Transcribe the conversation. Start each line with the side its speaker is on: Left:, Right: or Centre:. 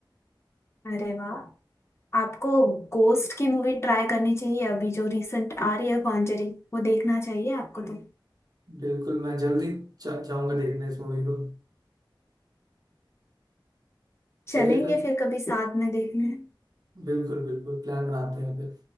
Left: अरे वाह आपको गोस्ट की मूवी ट्राई करनी चाहिए अभी जो रिसेंट आ रही है कॉन्जरिंग वो देखना चाहिए आपको तो
Right: बिल्कुल मैं जल्दी जा, जाऊंगा देखने इस मूवी को
Left: चलेंगे
Right: चलिए फिर
Left: फिर कभी साथ में देखने
Right: बिल्कुल बिल्कुल प्लान बनाते हैं फिर।